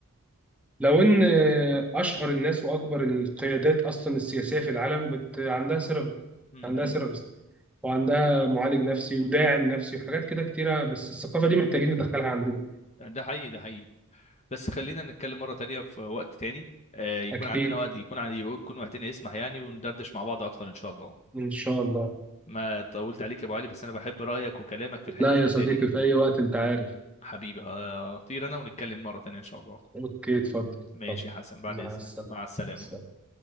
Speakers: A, in the centre; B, on the left.
A: لو إن آه، أشهر الناس وأكبر القيادات أصلا السياسية في العالم بت... عندها سيراب
B: م-
A: عندها سيرابيست وعندها معالج نفسي وداعم نفسي وحاجات كده كتيرة بس الثقافة دي محتاجين ندخلها عندنا
B: م- ده حقيقي ده حقيقي بس خلينا نتكلم مره تانية في وقت تاني آه، يكون
A: أكيد
B: عندنا وقت يكون عندي يكون وقتنا يسمح يعني وندردش مع بعض اكتر ان شاء الله
A: إن شاء الله
B: ما طولت عليك يا ابو علي بس انا بحب رايك وكلامك في الحتت
A: لا
B: اللي
A: يا صديقي
B: زي دي
A: في أي وقت أنت عارف
B: حبيبي هطير انا ونتكلم مره تانية ان شاء الله
A: أوكي اتفضل
B: ماشي
A: اتفضل
B: يا حسن بعد
A: مع
B: إذنك
A: السلامة
B: مع السلامة
A: سلام.